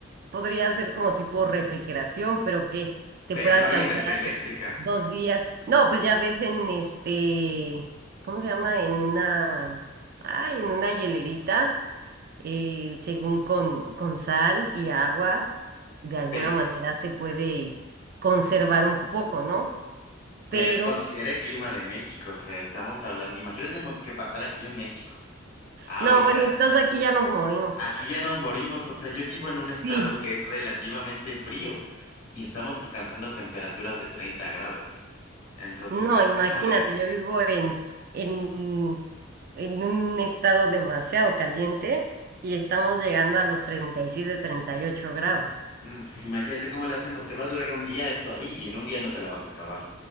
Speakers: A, on the right (about 50°); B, on the left (about 45°).
A: podría ser como tipo refrigeración, pero que te
B: Pero
A: pueda
B: no
A: alcanzar
B: hay energía eléctrica.
A: dos días. No, pues ya ves en este, ¿cómo se llama? En una, ay, en una hielerita. eh, según con, con sal y agua, de alguna
B: Pero,
A: manera se puede conservar un poco, ¿no?
B: pero
A: Pero,
B: considera el clima de México. O sea, estamos hablando, imagínate mo- que pasara aquí en México. Ahorita.
A: no, bueno, entonces aquí ya nos morimos.
B: Aquí
A: <laughs>
B: ya nos morimos, o sea, yo vivo en un estado
A: Sí,
B: que es relativamente frío y estamos alcanzando temperaturas de 30 grados. Entonces
A: no,
B: es
A: imagínate,
B: como de,
A: yo vivo en, en, en un estado demasiado caliente y estamos llegando a los treinta treinta y siete treinta y ocho grados.
B: mm, pues imagínate cómo le hacemos, te va a durar un día eso ahí y en un día no te la vas a acabar.